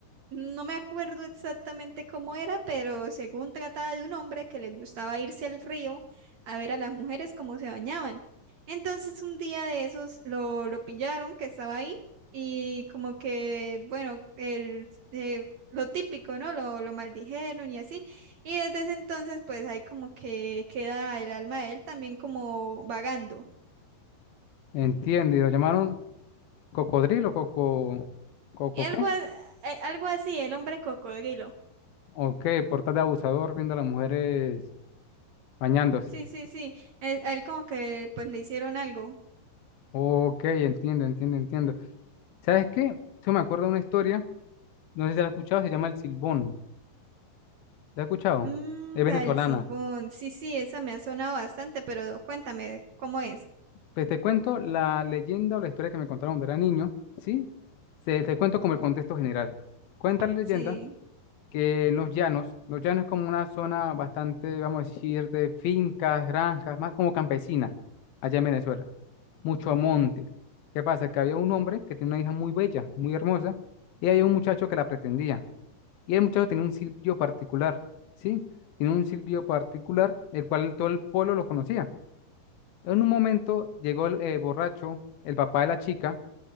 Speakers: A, on the right; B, on the left.
A: no me acuerdo exactamente cómo era, pero según trataba de un hombre que le gustaba irse al río a ver a las mujeres cómo se bañaban. Entonces un día de esos lo, lo pillaron que estaba ahí y como que, bueno, el, eh, lo típico, ¿no? Lo, lo maldijeron y así. Y desde ese entonces pues ahí como que queda el alma de él también como vagando.
B: Entiendo, y lo llamaron cocodrilo, coco, coco,
A: Algo,
B: ¿qué?
A: a- eh, algo así, el hombre cocodrilo.
B: Ok, por tal de abusador viendo a las mujeres bañándose.
A: Sí, sí, sí. Él, a él como que pues le hicieron algo.
B: Ok, entiendo, entiendo, entiendo. ¿Sabes qué? Yo me acuerdo de una historia, no sé si la has escuchado, se llama El Silbón. ¿La he escuchado?
A: Mm,
B: Es venezolana.
A: la del silbón. Sí, sí, esa me ha sonado bastante, pero cuéntame cómo es.
B: Pues te cuento la leyenda o la historia que me contaron cuando era niño, ¿sí? Se, te cuento como el contexto general. Cuenta la leyenda
A: Sí.
B: que en los llanos, los llanos es como una zona bastante, vamos a decir, de fincas, granjas, más como campesina, allá en Venezuela. Mucho monte. ¿Qué pasa? Que había un hombre que tenía una hija muy bella, muy hermosa, y había un muchacho que la pretendía. Y el muchacho tenía un silbido particular, ¿sí? Tenía un silbido particular, el cual todo el pueblo lo conocía. En un momento llegó el eh, borracho, el papá de la chica,